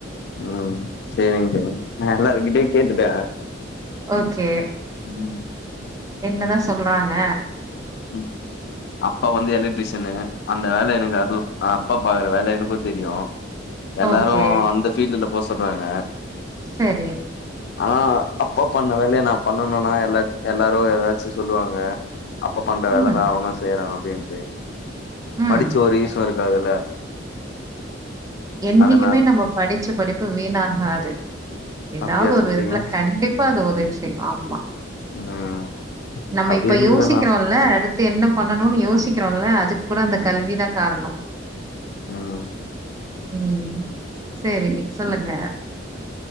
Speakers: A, on the left (about 60°); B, on the right (about 20°).
A: ம் செரிங்க செரிங்க நா எல்லாருகிட்டயு கேட்டுட்டன் ஆ
B: ஓகே
A: ம்
B: என்னதா சொல்றாங்க
A: ம் அப்பா வந்து எலக்ட்ரிஷியனு அந்த வேல எனக்கு அது அப்பா பாக்கற வேல எனக்கும் தெரியும் எல்லாரும்
B: ஓகே
A: அந்த ஃபீல்டுல போ சொல்றாங்க
B: சரி
A: ஆனா அப்பா பண்ண வேலயா நா பண்ணணும்னா எல்லா எல்லாரும் எதாச்சி சொல்லுவாங்க அப்பா பண்ற வேலதா
B: ம்
A: அவனும் செய்யறான் அப்டின்ட்டு
B: ம்
A: படிச்சி ஒரு யூஸ்சும் இருக்காது இல்ல
B: என்னைக்குமே
A: அதனால
B: நம்ப படிச்ச படிப்பு வீணாகாது எதாவது
A: அப்டியா
B: ஒரு
A: சொல்றீங்க
B: விதத்துல கண்டிப்பா அது உதவி செய்யும் ஆமா
A: ம்
B: நம்ம
A: அப்டி
B: இப்ப
A: இருந்ததுன்னா
B: யோசிக்கிறோம் இல்ல அடுத் து என்ன பண்ணணும்னு யோசிக்கிறோம் இல்ல அதுக்கு கூட அந்த கல்விதா காரணம்
A: ம்
B: ம் செரிங்க சொல்லுங்க